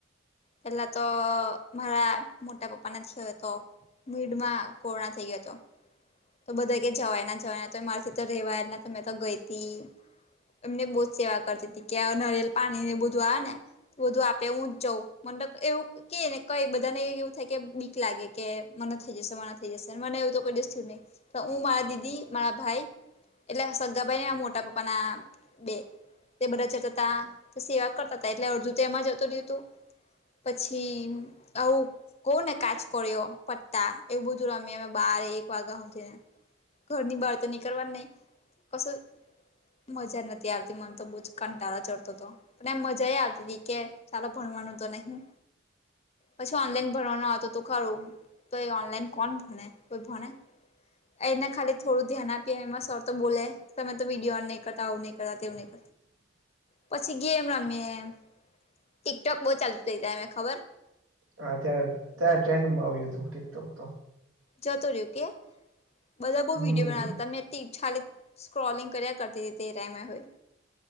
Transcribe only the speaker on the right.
<inaudible>
હા, ત્યારે ત્યારે ટ્રેન્ડમાં આવ્યુતુ ટીકટોક તો.
હમ